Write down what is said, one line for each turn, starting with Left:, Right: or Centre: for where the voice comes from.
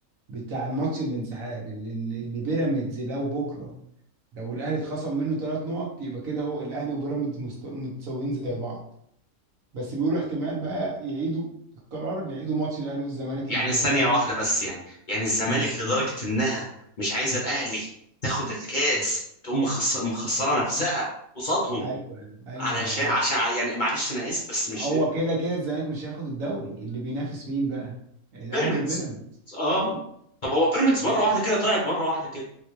Right: بتاع الماتش الانسحاب اللي, اللي بيراميدز لو بكره لو الاهلي اتخصم منه ثلاث نقط يبقى كده هو الاهلي وبيراميدز مست- متساويين زي بعض بس بيقولوا احتمال بقى يعيدوا القرار يعيدوا ماتش الاهلي والزمالك
Left: يعني
Right: اللي
Left: ثانية
Right: الاهلي
Left: واحدة بس يعني يعني الزمالك
Right: مم.
Left: لدرجة إنها مش عايزة الأهلي تاخد الكاس تقوم مخص- مخسرة نفسها قصادهم
Right: ايوه ايوه
Left: علشان
Right: يا عم
Left: عشان ع- يعني معلش أنا آسف بس
Right: ما
Left: مش
Right: هو
Left: دي.
Right: كده كده الزمالك مش هياخد الدوري اللي بينافس مين بقى الاهلي
Left: بيراميدز
Right: وبيراميدز
Left: آه
Right: طيب
Left: طب هو بيراميدز
Right: إز-
Left: مرة واحدة كده طلعت مرة واحدة كده